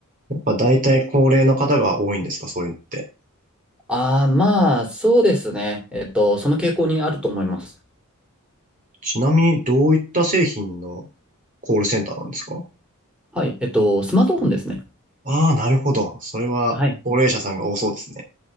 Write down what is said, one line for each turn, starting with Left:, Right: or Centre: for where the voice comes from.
Right: っぱ大体高齢の方が多いんですか、そういうのって。
Centre: ああ、まあ、そうですね。えっと、その傾向にあると思います。
Right: ちなみに、どういった製品のコールセンターなんですか
Centre: はい。えっと、スマートフォンですね。
Right: ああー、なるほど。それは、
Centre: はい。
Right: 高齢者さんが多そうですね。